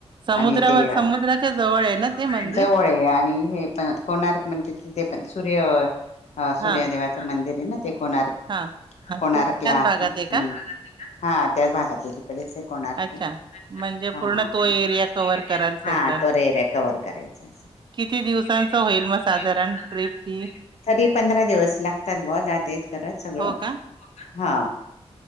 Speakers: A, on the right; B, on the left.
A: समुद्रावर
B: आणि ते <unintelligible>
A: समुद्राच्या जवळ आहे ना ते मंदिर
B: जवळ आहे आ णि हे पण <unintelligible> म्हणते ते पण सूर्य अ सूर्यादेवाचं
A: हा
B: मंदिर हे ना ते कोणार्क
A: हा अच्छा
B: कोणार्कला
A: त्याच भागात आहे
B: <unintelligible>
A: का
B: हां त्याच भागात आहे तिकडेच आहे कोणार्कला.
A: अच्छा म्हणजे
B: हां
A: पूर्ण तो
B: हम्म
A: एरिया कव्हर
B: <unintelligible>
A: कराल सगळं
B: एरिया कव्हर करायचा असं
A: किती दिवसांचं
B: दिारण <unintelligible>
A: होईल मग साधारण ट्रिप ती
B: तरी पंधरा दिवस लागतात भावा <unintelligible> जाता येत करत? सगळं
A: हो का
B: हा